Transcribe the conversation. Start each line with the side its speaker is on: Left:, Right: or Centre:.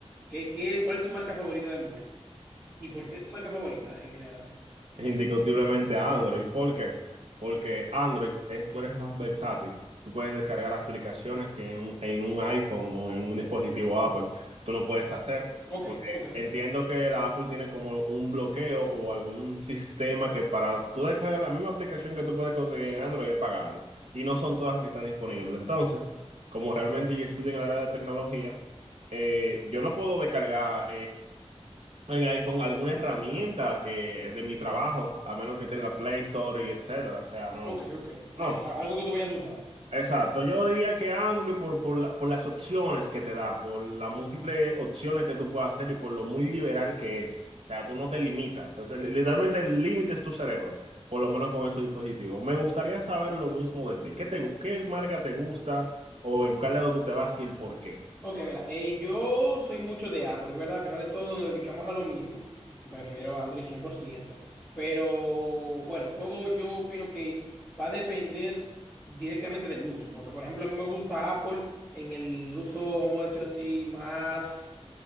Left: ¿Qué, qué, cuál es tu marca favorita de móvil? ¿Y por qué es tu marca favorita en general?
Right: Indiscutiblemente a Android. ¿Por qué? Porque Android es, tú eres más versátil. Tú puedes descargar aplicaciones que en un, en un iPhone o en un dispositivo Apple tú no puedes hacer.
Left: Ok,
Right: Porque
Left: ok,
Right: entiendo que la Apple tiene como un bloqueo o algún sistema que para tú descargar la misma aplicación que tú puedes conseguir en Android es pagando. Y no son todas que están disponibles. Entonces, como realmente yo estudio en la área de tecnología, eh, yo no puedo descargar en iPhone alguna herramienta que de mi trabajo, a menos que esté en la Play Store y etcétera. O sea, no.
Left: ok, ok. O
Right: No,
Left: sea, algo que tú vayas a usar.
Right: exacto. Yo diría que Android por, por, la- por las opciones que te da, por las múltiples opciones que tú puedes hacer y por lo muy liberal que es. O sea, tú no te limitas. O sea, literalmente el límite es tu cerebro, por lo menos con esos dispositivos. Me gustaría saber lo mismo de ti. ¿Qué te, gu- qué marca te gusta o en cuál lado tú te vas y el por qué?
Left: Ok, mira, eh, yo soy mucho de Android, ¿verdad? Al final de todo nos dedicamos a lo mismo. Prefiero Android 100%. Pero bueno, todo yo opino que va a depender directamente del uso. Porque, por ejemplo, a mí me gusta Apple en el uso, vamos a decirlo así, más.